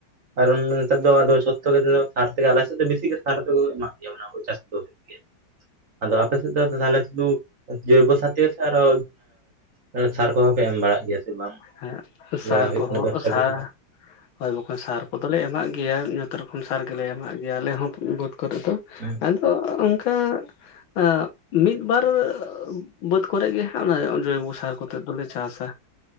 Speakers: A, on the right; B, on the left.
A: ᱠᱟᱨᱚᱱ ᱱᱮᱛᱟᱨ ᱫᱚ ᱟᱫᱚ <unintelligible> ᱟᱞᱮ ᱥᱮᱫ ᱫᱚ ᱵᱮᱥᱤ ᱜᱮ ᱥᱟᱨ ᱠᱚᱫᱞᱮ ᱮᱢᱟᱜ ᱜᱮᱭᱟ᱾ ᱦᱩᱲᱩ ᱪᱟᱥ ᱠᱚᱫᱚ ᱦᱩᱭᱩᱜ ᱜᱮᱭᱟ, ᱟᱫᱚ ᱟᱯᱮ ᱥᱮᱫ ᱫᱚ ᱛᱟᱦᱚᱸᱞᱮ ᱫᱩ ᱡᱳᱭᱵᱚᱥᱟᱛᱤ ᱦᱚᱸ ᱥᱮ ᱟᱨᱚ ᱢᱟᱱᱮ ᱥᱟᱨ ᱠᱚᱦᱚᱸ ᱯᱮ ᱮᱢ ᱵᱟᱲᱟ-ᱟᱜ ᱜᱮᱭᱟ? ᱥᱮ ᱵᱟᱝ
B: ᱦᱮᱸ ᱥᱟᱨ
A: ᱡᱟ ᱦᱩᱭᱩᱜ
B: ᱠᱚᱦᱚᱸ
A: ᱠᱟᱱᱟ ᱫᱚᱥ ᱪᱷᱟᱵᱵᱤᱥ
B: ᱥᱟ
A: ᱦᱩᱸ
B: ᱦᱳᱭ ᱵᱚᱠᱚ ᱥᱟᱨ ᱠᱚᱫᱚᱞᱮ ᱮᱢᱟᱜ ᱜᱮᱭᱟ ᱱᱮᱛᱟᱨ ᱠᱷᱚᱱ ᱥᱟᱨ ᱜᱮᱞᱮ ᱮᱢᱟᱜ ᱜᱮᱭᱟ ᱟᱞᱮ ᱦᱚᱸ᱾ ᱵᱟᱹᱫᱽ ᱠᱚᱛᱮ ᱫᱚ
A: ᱦᱩᱸ
B: ᱟᱫᱚ ᱛᱚ ᱚᱱᱠᱟ ᱟᱸ ᱢᱤᱫ ᱵᱟᱨ ᱵᱟᱹᱫᱽ ᱠᱚᱨᱮ ᱜᱮ ᱦᱟᱸᱜ ᱚᱱᱟ ᱡᱳᱭᱚᱵᱚ ᱥᱟᱨ ᱠᱚᱛᱮ ᱫᱚᱞᱮ ᱪᱟᱥᱟ